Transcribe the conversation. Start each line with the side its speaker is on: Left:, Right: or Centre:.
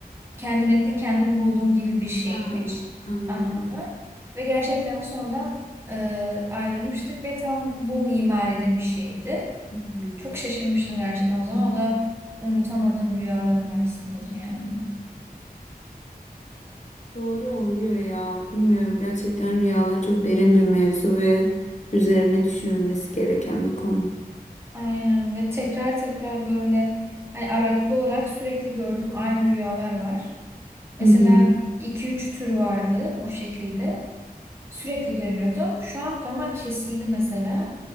Right: kendin ettin kendin buldun gibi bir şeymiş
Left: Ha, anladım.
Right: anlamı. Ve gerçekten de sonradan e, ayrılmıştık ve tam bu mimaride bir şeydi.
Left: Hmm.
Right: Çok şaşırmıştım gerçekten o zaman. O da unutamadığım rüyalarım arasındadır yani.
Left: Doğru oluyor ya. Bilmiyorum gerçekten rüyalar çok derin bir mevzu ve üzerine düşünülmesi gereken bir konu.
Right: Aynen ve tekrar tekrar böyle hani aralıklı olarak sürekli gördüğüm aynı rüyalar var. Mesela
Left: Hı hı.
Right: iki üç tür vardı o şekilde. Sürekli görüyordum. Şu an onlar kesildi mesela.